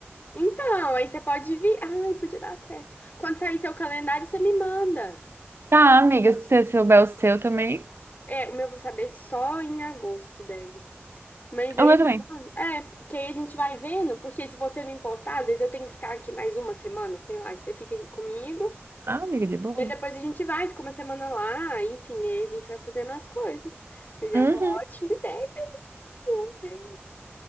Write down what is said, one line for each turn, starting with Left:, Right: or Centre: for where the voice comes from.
Left: Então, aí você pode vir. Ai, podia dar certo. Quando sair seu calendário, você me manda.
Right: Tá, amiga, se você souber o seu também.
Left: É, o meu eu vou saber só em agosto, deve. Mas aí,
Right: O meu também.
Left: é, que aí a gente vai vendo, porque se você não importar, às vezes eu tenho que ficar aqui mais uma semana, sei lá, e você fica aqui comigo.
Right: Ah, amiga, de boa.
Left: E aí depois a gente vai, fica uma semana lá, enfim, aí a gente vai fazendo as coisas. Mas é
Right: Uhum.
Left: uma ótima ideia, eu amei.